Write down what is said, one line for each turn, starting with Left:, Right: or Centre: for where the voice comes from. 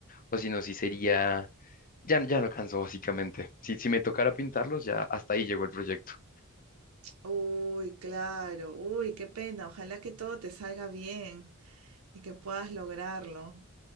Left: o si no, sí sería, ya, ya no alcanzo básicamente. Si, si me tocara pintarlos, ya hasta ahí llegó el proyecto.
Right: Uy, claro, uy, qué pena. Ojalá que todo te salga bien y que puedas lograrlo,